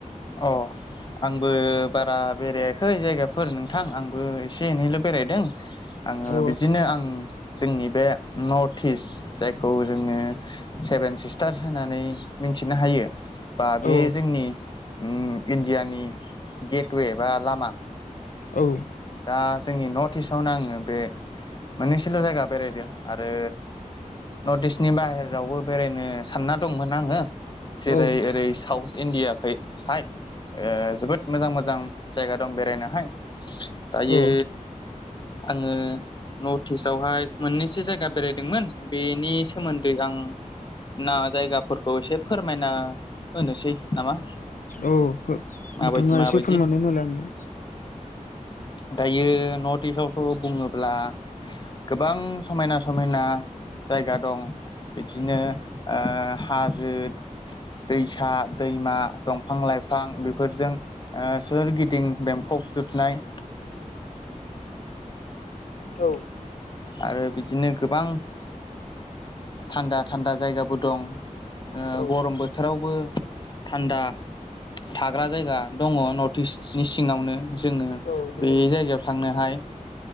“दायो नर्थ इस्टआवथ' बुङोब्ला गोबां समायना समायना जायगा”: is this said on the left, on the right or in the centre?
Left